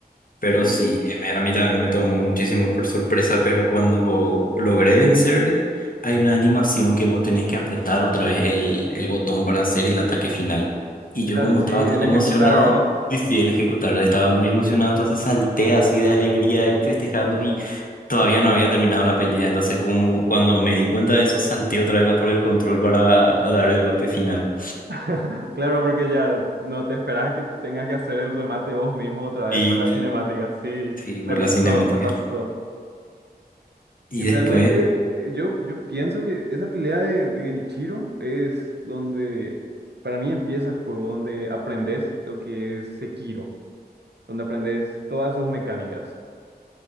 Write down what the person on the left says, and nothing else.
Pero sí, eh, me- a mí también me tomó muchísimo por sorpresa, pero cuando logré vencerle, hay una animación que vos tenés que apretar otra vez el, el botón para hacer el ataque final. Y
yo como
estaba
tan emocionado,
decidí el ejecutar, estaba muy emocionado, entonces salté así de alegría y festejando y todavía no había terminado la pelea, entonces como cuando me di cuenta de eso, salté otra vez a por el control para dar el golpe final.
Y
sí, por
la cinemática.
Y
después...